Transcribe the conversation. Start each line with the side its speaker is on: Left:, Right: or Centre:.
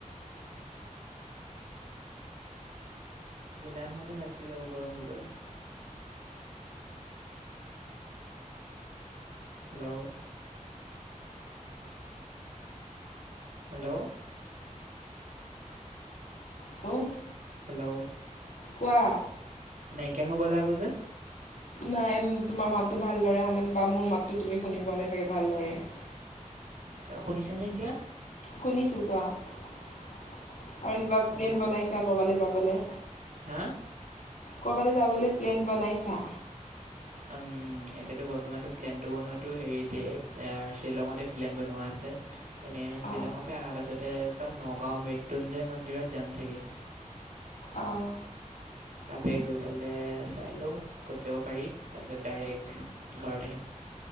Right: জুলাই মাহদাল আছে আৰু গৰম দিবলৈ। হেল্ল' হেল্ল'
Left: হৌ
Right: হেল্ল'
Left: কোৱা
Right: নাইকিয়া হৈ গ'লা গৈ যে?
Left: নাই তোমাৰ মাতটো ভালদৰে অহা নাই বা মোৰ মাততো তুমি শুনি পোৱা নাই চাগে ভালদৰে। <inaudible>
Right: আচ্ছা শুনিছা নে এতিয়া?
Left: শুনিছোঁ কোৱা আৰু কিবা প্লেন
Right: কোৱা
Left: বনাইছা ক'ৰবালৈ যাবলে?
Right: হা?
Left: ক'ৰবালৈ যাবলে প্লেন বনাইছা?
Right: উম এতিয়াতো বৰ্তমানতটো প্লেন টো বনোৱাটো হেৰিতে শ্বিলঙতে প্লেন বনোৱা আছে হে এনে
Left: অঁ
Right: শ্বিলঙৰ পৰা অহা পাছতে চব নগাঁওৰ মৃত্যুঞ্জয় মন্দিৰত যাম চাগে।
Left: আহঁ
Right: তাপে গৈ পেলাই চাই লওঁ ক'ত যাব পাৰি তাৰপিছত ডাইৰেক্ট ঘৰত আহিম।